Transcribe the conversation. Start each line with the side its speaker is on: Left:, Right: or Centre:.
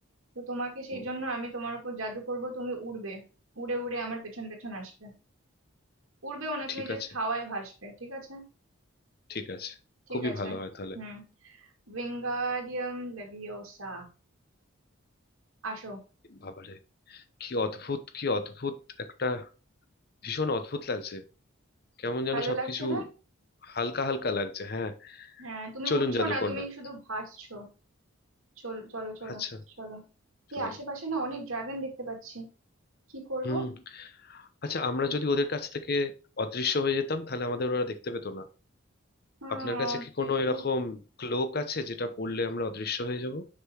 Right: তো তোমাকে সেই
Left: হুম
Right: জন্য আমি তোমার উপর জাদু করব তুমি উড়বে উড়ে উড়ে আমার পেছন পেছন আসবে উড়বেও না
Left: ঠিক
Right: তুমি জাস্ট
Left: আছে
Right: হাওয়ায় ভাসবে ঠিক আছে
Left: ঠিক আছে
Right: ঠিক
Left: খুবই
Right: আছে
Left: ভালো হয় তাহলে
Right: হুম ভিঙ্গারিয়াম লেভিওসা আসো
Left: বাবারে কি অদ্ভুত কি অদ্ভুত একটা ভীষণ অদ্ভুত লাগছে কেমন যেন
Right: ভালো
Left: সবকিছু
Right: লাগছে না
Left: হালকা হালকা লাগছে হ্যাঁ
Right: হ্যাঁ তুমি
Left: চলুন
Right: উড়ছো
Left: জাদুকরনাথ
Right: না তুমি শুধু ভাসছো চলো চলো চলো
Left: আচ্ছা
Right: চলো
Left: চলুন
Right: এই আশেপাশে না অনেক ড্রাগন দেখতে পাচ্ছি কি করবো
Left: হুম আচ্ছা আমরা যদি ওদের কাছ থেকে অদৃশ্য হয়ে যেতাম তাহলে আমাদের ওরা দেখতে পেতো না
Right: আহ,
Left: আপনার কাছে কি
Right: দৃশ্য
Left: কোনো এরকম ক্লোক আছে যেটা পড়লে আমরা অদৃশ্য হয়ে যাব